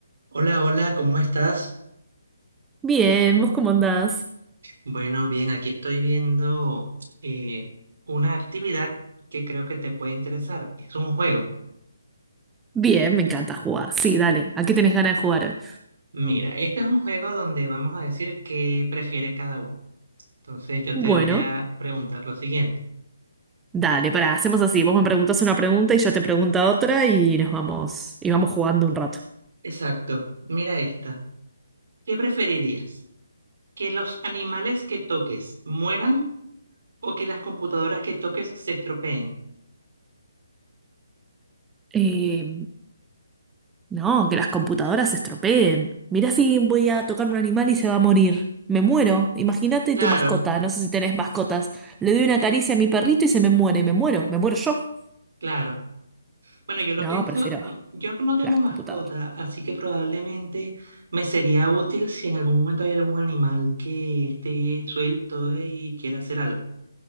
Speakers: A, on the right (about 60°); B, in the centre.
A: Hola, hola, ¿cómo estás?
B: Bien, ¿vos cómo andás?
A: Bueno, bien, aquí estoy viendo eh, una actividad que creo que te puede interesar. Es un juego.
B: Bien, me encanta jugar. Sí, dale. ¿A qué tenés ganas de jugar hoy?
A: Mira, este es un juego donde vamos a decir qué prefiere cada uno. Entonces yo
B: Bueno,
A: te voy a preguntar lo siguiente.
B: dale, pará, hacemos así. Vos me preguntás una pregunta y yo te pregunto otra y nos vamos, y vamos jugando un rato.
A: Exacto, mira esta. ¿Qué preferirías? ¿Que los animales que toques mueran o que las computadoras que toques se estropeen?
B: Eh, no, que las computadoras se estropeen. Mirá si voy a tocar un animal y se va a morir. Me muero. Imagínate
A: Claro,
B: tu mascota. No sé si tenés mascotas. Le doy una caricia a mi perrito y se me muere. Me muero. Me muero yo.
A: claro. Bueno, yo lo
B: No,
A: pienso,
B: prefiero
A: mm, yo no tengo
B: las
A: mascota,
B: computadoras.
A: así que probablemente me sería útil si en algún momento hay algún animal que esté suelto y quiera hacer algo.